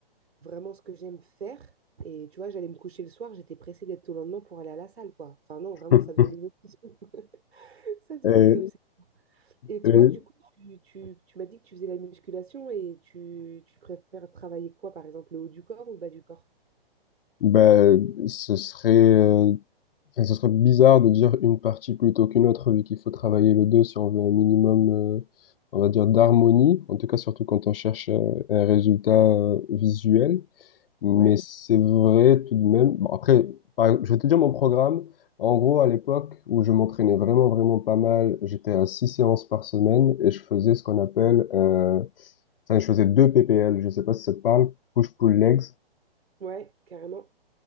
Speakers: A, on the right; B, on the left.
A: vraiment ce que j'aime faire. Et tu vois, j'allais me coucher le soir, j'étais pressée d'être au lendemain pour aller à la salle, quoi. Enfin, non,
B: <laughs>
A: vraiment, ça devenait une obsession. <laughs> Ça devenait
B: Et,
A: une obsession. Et toi,
B: et
A: du coup, tu, tu- tu m'as dit que tu faisais la musculation et tu, tu préfères travailler quoi, par exemple, le haut du corps ou le bas du corps?
B: Ben, ce serait, euh, enfin, ce serait bizarre de dire une partie plutôt qu'une autre, vu qu'il faut travailler le deux si on veut un minimum, euh, on va dire, d'harmonie, en tout cas surtout quand on cherche euh, un résultat euh, visuel. Mais
A: Ouais,
B: c'est vrai tout de même. Bon, après, par- je vais te dire mon programme. En gros, à l'époque où je m'entraînais vraiment, vraiment pas mal, j'étais à six séances par semaine et je faisais ce qu'on appelle, euh, enfin, je faisais deux PPL. Je sais pas si ça te parle, push-pull legs.
A: ouais, carrément.